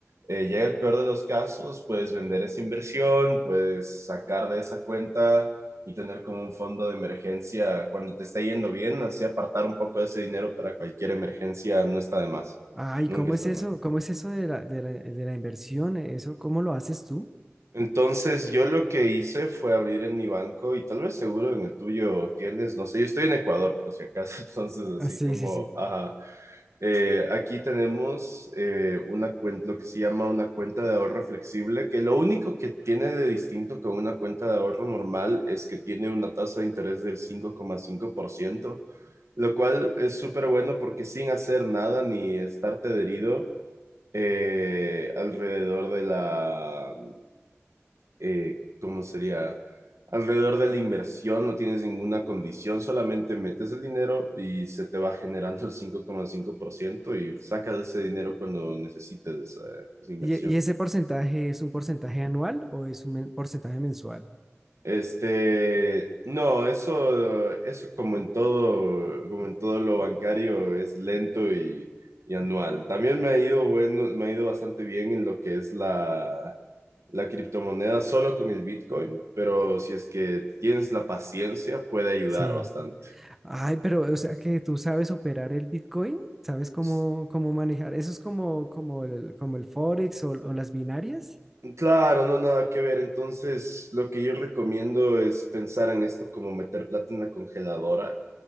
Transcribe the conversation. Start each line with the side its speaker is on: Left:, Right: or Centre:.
Right: eh, llega el peor de los casos, puedes vender esa inversión, puedes sacar de esa cuenta y tener como un fondo de emergencia cuando te está yendo bien, así apartar un poco de ese dinero para cualquier emergencia no está de más,
Centre: ay,
Right: nunca
Centre: ¿cómo
Right: está
Centre: es eso?
Right: de más.
Centre: ¿Cómo es eso de la, de la, de la inversión? ¿Eso cómo lo haces tú?
Right: Entonces yo lo que hice fue abrir en mi banco y tal vez seguro en el tuyo tienes, no sé, yo estoy en Ecuador por si acaso, <laughs> entonces
Centre: Ah,
Right: así
Centre: sí,
Right: como,
Centre: sí, sí.
Right: ajá, Eh, aquí tenemos eh, una cuenta lo que se llama una cuenta de ahorro flexible, que lo único que tiene de distinto con una cuenta de ahorro normal es que tiene una tasa de interés del 5,5%, lo cual es súper bueno porque sin hacer nada ni estar adherido eh, alrededor de la eh, ¿cómo sería? Alrededor de la inversión no tienes ninguna condición, solamente metes el dinero y se te va generando el cinco cinco coma cinco por ciento y sacas ese dinero cuando necesites esa, esa inversión.
Centre: ¿Y, y ese porcentaje es un porcentaje anual o es un men- porcentaje mensual?
Right: Este, no, eso, eso como en todo, como en todo lo bancario es lento y, y anual. También me ha ido bueno, me ha ido bastante bien en lo que es la, La criptomoneda solo con el Bitcoin, pero si es que tienes la paciencia, puede ayudar
Centre: Sí.
Right: bastante.
Centre: Ay, pero, o sea, que tú sabes operar el Bitcoin, ¿sabes cómo,
Right: S-
Centre: cómo manejar? ¿Eso es como, como el, como el Forex o, o las binarias?
Right: Claro, no nada que ver. Entonces, lo que yo recomiendo es pensar en esto como meter plata en la congeladora,